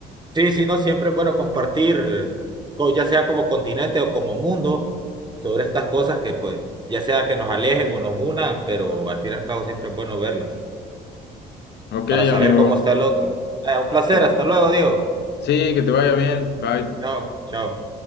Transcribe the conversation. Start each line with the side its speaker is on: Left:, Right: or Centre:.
Right: Sí, sí, no, siempre es bueno compartir, eh, co- ya sea como continente o como mundo, sobre estas cosas que pues, ya sea que nos alejen o nos unan, pero al fin y al cabo siempre es bueno verlas
Left: Ok,
Right: para saber
Left: amigo.
Right: cómo está el otro. Eh, un placer,
Left: Pues
Right: hasta luego, Diego.
Left: sí, que te vaya bien. Bye.
Right: Chao, chao.